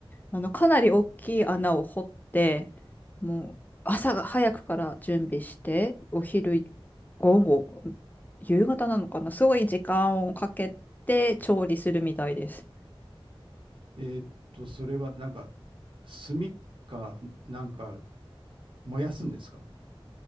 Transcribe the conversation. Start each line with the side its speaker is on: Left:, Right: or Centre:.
Left: あの、かなり大きい穴を掘って、もう朝が早くから準備して、お昼、午後、夕方なのかな、すごい時間をかけて調理するみたいです。
Right: えーっと、それはなんか、炭か、なんか燃やすんですか